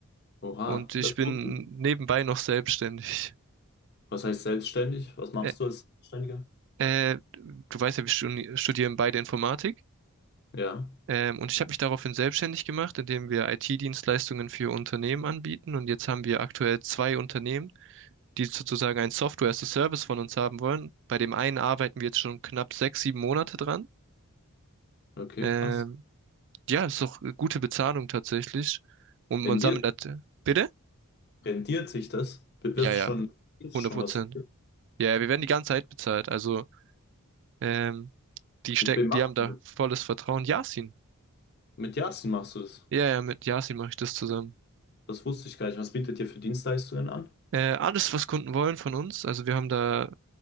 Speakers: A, on the left (about 45°); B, on the right (about 55°).
A: Oha,
B: und ich
A: das
B: bin
A: ist gut.
B: nebenbei noch selbstständig.
A: Was heißt selbstständig? Was machst
B: Äh,
A: du als Selbstständiger?
B: äh, du weißt ja, wir studi- studieren beide Informatik.
A: Ja,
B: Ähm, und ich habe mich daraufhin selbstständig gemacht, indem wir IT-Dienstleistungen für Unternehmen anbieten. Und jetzt haben wir aktuell zwei Unternehmen, die sozusagen ein Software as a Service von uns haben wollen. Bei dem einen arbeiten wir jetzt schon knapp sechs, sieben Monate dran.
A: okay,
B: Ähm,
A: krass.
B: ja, ist doch eine gute Bezahlung tatsächlich. Und
A: Rendiert,
B: man sammelt das. Bitte?
A: rendiert sich das? W-
B: Ja,
A: Wirst
B: ja,
A: du schon, wirst
B: hundert
A: du schon
B: Prozent.
A: was? dafür?
B: Ja, ja, wir werden die ganze Zeit bezahlt. Also, ähm, die stecken,
A: Mit wem machst
B: die haben da
A: du das?
B: volles Vertrauen. Yasin.
A: Mit Yasin machst du das?
B: Ja, ja, mit Yasin mache ich das zusammen.
A: Das wusste ich gar nicht. Was bietet ihr für Dienstleistungen an?
B: Äh, alles, was Kunden wollen von uns. Also wir haben da